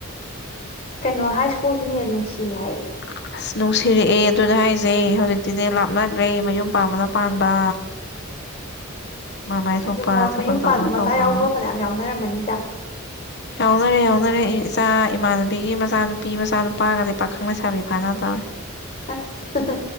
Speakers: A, on the left; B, on the left.
A: ꯁꯀꯩꯅꯣ ꯍꯥꯏ ꯁ꯭ꯀꯨꯜꯒꯤꯅ ꯍꯦꯟꯅ ꯅꯨꯡꯁꯤ ꯍꯥꯏꯌꯦ꯫
B: <inaudible> ꯑꯁ ꯅꯨꯡꯁꯤꯔꯛꯑꯦ ꯑꯗꯨꯅꯦ ꯍꯥꯏꯖꯦ ꯍꯧꯖꯤꯛꯇꯤꯅꯦ ꯂꯥꯞꯅꯒꯔ꯭ꯦ ꯃꯌꯨꯝ ꯄꯥꯝꯕꯅ ꯄꯥꯟꯕ꯫ ꯃꯃꯥꯏ ꯊꯣꯛꯄ
A: ꯑꯌꯨꯝ ꯃ
B: ꯊꯕꯛ
A: ꯃꯌꯨꯝ
B: ꯇꯧꯕꯅ
A: ꯄꯥꯟꯕ
B: ꯇꯧꯕ
A: ꯃꯆꯥ ꯌꯥꯎꯕꯒ ꯐꯅꯌꯥꯝ ꯌꯥꯎꯅꯔꯝꯃꯅꯤꯗ꯫
B: ꯌꯥꯎꯅꯔꯦ ꯑꯦ ꯌꯥꯎꯅꯔꯦ ꯏꯆꯥ ꯏꯃꯥꯟꯅꯕꯤꯒꯤ ꯃꯆꯥꯅꯨꯄꯤ ꯃꯆꯥꯅꯨꯄꯥꯒꯗꯤ ꯄꯥꯈꯪ ꯂꯩꯁꯥꯕꯤ ꯐꯥꯅꯗꯧꯔꯦ
A: ꯑꯁ